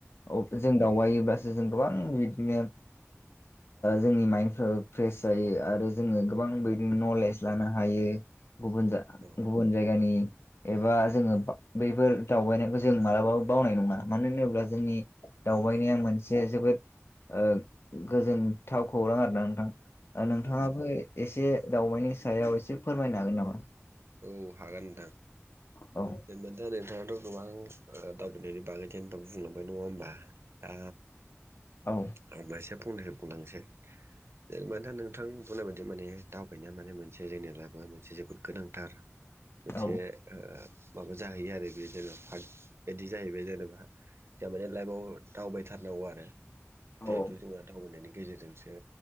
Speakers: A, on the left; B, on the right.
A: औ जों दावबायोब्लासो जों गोबां बिदिनो जोंनि माइन्डफ्राबो फ्रेस जायो आरो जोङो गोबां बिदिनो नलेज लानो हायो गुबुन
B: औ
A: गुबुन जायगानि एबा जोङो बैफोर दावबायनायखौ जों मालाबाबो बावनाय नङा मानो होनोब्ला जोंनि दावबायनि मोनसे जोबोद ओ गोजोनथाव खौरां आरो ना नोंथां नोंथाङाबो
B: औ
A: एसे दावबायनि सायाव एसे फोरमायनो हागोन नामा?
B: औ हागोन नोंथां।
A: औ
B: जेनेबा दा नोंथाङाथ' गोबां दावबायनायनि बागै होनब बुंलांबाय नङा होमबा दा
A: औ
B: आांबो एसे फननिफ्राय बुंलांनोसै। जेनेबा दा नोंथां बुंनाय बायदि माने दावबायनाया माने मोनसे जोंनि लाइफआ मोनसे जोबोद गोनांथार। <inaudible> मोनसे
A: औ
B: ओ माबा जाहैयो आरो बे जेनेबा पार्क बायदि जाहैबाय जेनेबा। जाबाय नालाय माने लाइफआव दावबायथारनांगौ आरो जिहेथु
A: औ
B: जोङहा दावबायनायनि गेजेरजोंसो